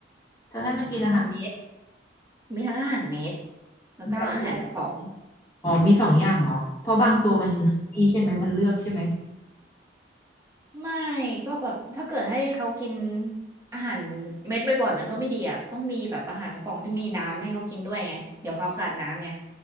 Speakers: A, on the left (about 15°); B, on the right (about 15°).
A: เธอให้มันกินอาหาร
B: อาหารเม็ดมีทั้งอาหารเม็ดแล้วก็อาหารกระป๋อง
A: แบบว่าอ๋อมีสองอย่างเหรอเพราะบางตัวมันนี่ใช่ไหมมันเลือกใช่ไหม
B: ใช่ไม่ก็แบบถ้าเกิดให้เขากินอาหารเม็ดบ่อยๆมันก็ไม่ดีอ่ะต้องมีแบบอาหารกระป๋องที่มีน้ำให้เขากินด้วยไงเดี๋ยวเขาขาดน้ำไง